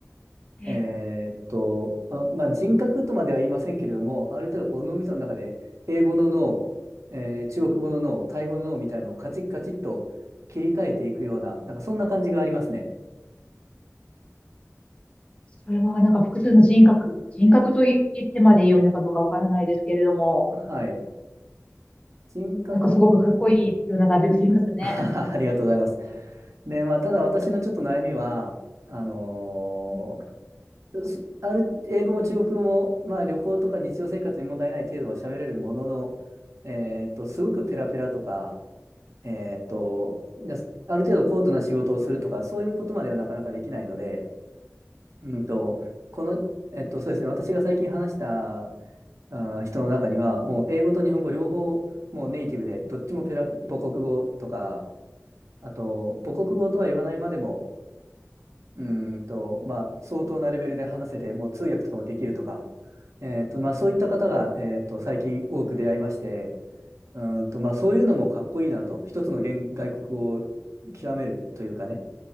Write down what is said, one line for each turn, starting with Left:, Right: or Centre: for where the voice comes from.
Left: うえー
Right: えーっと、まあ、まあ、人格とまでは言いませんけれども、ある程度こう脳みその中で英語の脳、えー中国語の脳、タイ語の脳みたいなのをカチッカチッと切り替えていくような、なんかそんな感じがありますね。
Left: それはなんか複数の人格、人格とい言ってまで良いのかどうかわからないですけれども、
Right: はい。人格、
Left: なんかすごくかっこいいような感じがしますね。
Right: <laughs> ありがとうございます。ね、まあ、ただ私のちょっと悩みは、あの
Left: <laughs>
Right: ーそある、英語も中国語も、まあ、旅行とか日常生活に問題ない程度は喋れるものの、えーっと、すごくペラペラとか、えーっと、じゃあある程度高度な仕事をするとか、そういうことまではなかなかできないので、うんと、この、えっと、そうですね、私が最近話した、あー、人の中には、もう英語と日本語両方、もうネイティブで、どっちもペラペ、母国語とか、あと、母国語とは言わないまでも、うーんと、まあ、相当なレベルで話せて、もう通訳とかもできるとか、えーと、まあ、そういった方が、えーと、最近多く出会いまして、うーんと、まあ、そういうのもかっこいいなと、一つの言外国語を極めるというかね、